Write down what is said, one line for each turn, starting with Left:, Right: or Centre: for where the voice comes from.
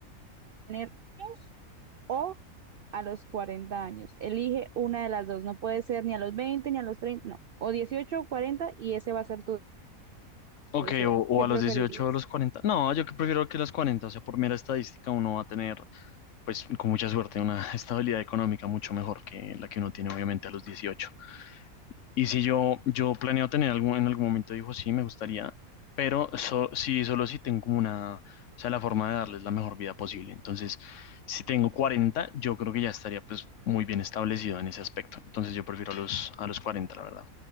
Right: tener hijos o a los 40 años. Elige una de las dos, no puede ser ni a los 20 ni a los 30, no, o 18 o 40 y ese va a ser tu
Left: Ok,
Right: deseo.
Left: o, o
Right: ¿Qué
Left: a
Right: preferirías?
Left: los 18 o a los 40. No, yo que prefiero que a los 40, o sea, por mera estadística uno va a tener, pues con mucha suerte, una <laughs> estabilidad económica mucho mejor que la que uno tiene obviamente a los 18. Y si yo, yo planeo tener algún, en algún momento, dijo, sí, me gustaría, pero so- sí, solo si tengo como una, o sea, la forma de darles la mejor vida posible. Entonces, si tengo 40, yo creo que ya estaría pues muy bien establecido en ese aspecto. Entonces, yo prefiero a los, a los 40, la verdad.